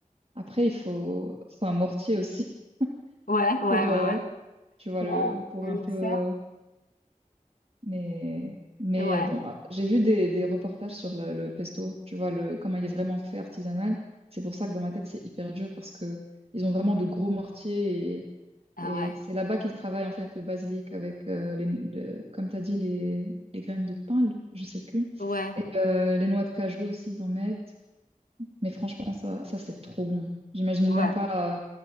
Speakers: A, on the right (about 45°); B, on the left (about 80°).
A: Après, il faut, faut un mortier aussi <laughs>
B: Ouais, ouais,
A: pour, euh,
B: ouais, ouais.
A: tu vois,
B: Ou
A: le,
B: Un
A: pour
B: un
A: un
B: mixeur.
A: peu. euh, mais, mais
B: Ouais,
A: euh, bon, ah, j'ai vu des, des reportages sur le, le pesto. Tu vois, le, comment il est vraiment fait artisanal. C'est pour ça que dans ma tête, c'est hyper dur parce que ils ont vraiment de gros mortiers
B: ah
A: Et
B: ouais.
A: c'est là-bas qu'il travaille en fait le basilic avec, euh, les, le- comme tu as dit, les, les graines de pain, le- je sais plus.
B: Ouais,
A: Et euh, les noix de cajou aussi, ils en mettent. Mais franchement, ça, ça c'est trop bon. J'imagine
B: Ouais,
A: même pas euh,